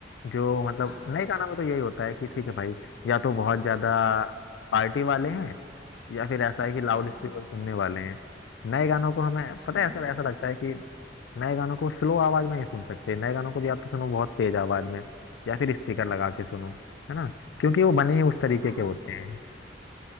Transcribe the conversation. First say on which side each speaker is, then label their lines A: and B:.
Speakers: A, on the left (about 90°); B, on the left (about 70°).
A: जो मतलब
B: हाँ
A: नए गानों में तो यही होता है कि ठीक है भाई या तो बहुत ज्यादा पार्टी वाले हैं या फिर ऐसा है कि लाउड
B: हाँ
A: स्पीकर सुनने वाले हैं नए गानों को हमें
B: हाँ
A: पता है ऐसा ऐसा लगता है कि नए गानों को स्लो आवाज में नहीं सुन सकते नए गानों को भी आप तो सुनो बहुत तेज आवाज में या फिर स्पीकर लगा के सुनो है ना क्योंकि वो बने ही उस तरीके
B: हाँ
A: के होते हैं